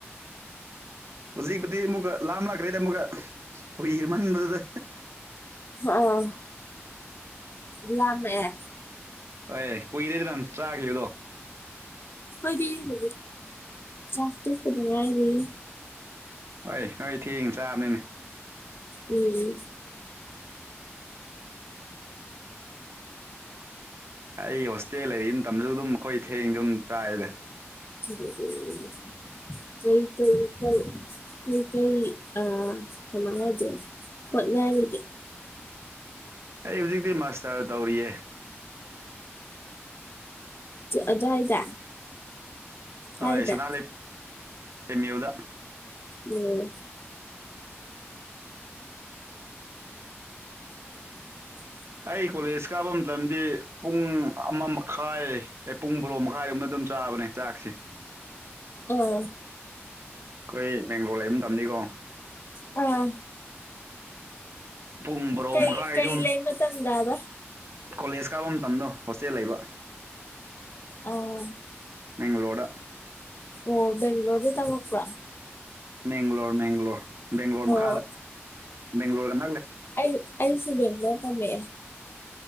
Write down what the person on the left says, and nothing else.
ꯑ ꯏ ꯂꯃꯦꯃꯦ
ꯐꯗꯤ ꯍꯧ ꯆꯥꯛꯇ ꯈꯨꯗꯅꯏꯔꯤꯦ
ꯎꯝ ꯎꯝ
ꯎ ꯍ ꯀꯩ ꯀꯩ ꯀꯩ ꯀꯩ ꯀꯩ ꯑ ꯀꯥꯏꯖ ꯍ ꯉꯕꯦ
ꯑꯗꯨꯋꯥꯏꯗ ꯀꯥꯏꯗ
ꯎꯝ <inaudible>
ꯑꯣ
ꯑꯥ
ꯀꯩ
ꯀꯩ ꯂꯩ ꯃꯇꯝꯗꯕ
ꯑ
ꯑꯣ ꯕꯦꯡꯒꯂꯣꯔꯗꯤ ꯇꯥꯃꯛꯛꯄ꯭ꯔꯥ
ꯑꯣ
ꯑ ꯑꯜꯁꯤꯕꯦꯕ꯭ꯔ ꯀꯃꯦ